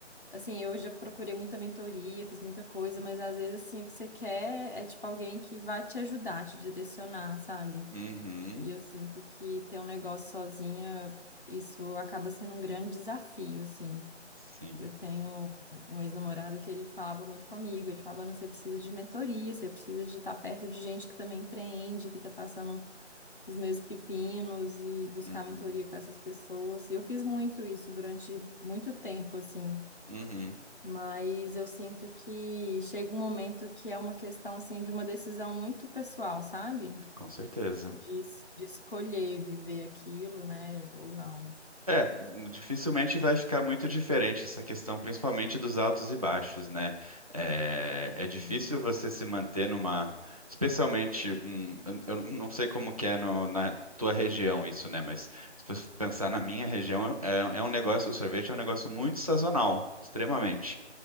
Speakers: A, on the left; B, on the right.
A: Assim, eu já procurei muita mentoria, fiz muita coisa, mas às vezes, assim, o que você quer é, tipo, alguém que vai te ajudar, te direcionar, sabe?
B: Uhum,
A: E eu sinto que ter um negócio sozinha, isso acaba sendo um grande desafio, assim.
B: sim.
A: Eu tenho um ex-namorado que ele falava muito comigo, ele falava, "Ana, você precisa de mentoria, você precisa de estar perto de gente que também empreende, que está passando os mesmos pepinos e buscar
B: Uhum,
A: mentoria com essas pessoas. E eu fiz muito isso durante muito tempo, assim.
B: uhum,
A: Mas eu sinto que chega um momento que é uma questão assim de uma decisão muito pessoal, sabe?
B: com certeza.
A: De, de escolher viver aquilo, né? Ou não.
B: É, hum, dificilmente vai ficar muito diferente essa questão, principalmente dos altos e baixos, né? É, é difícil
A: Hum.
B: você se manter numa, especialmente um, eu eu não sei como que é no- na tua região isso, né? Mas se você pensar na minha região, é, é um negócio, o sorvete é um negócio muito sazonal, extremamente.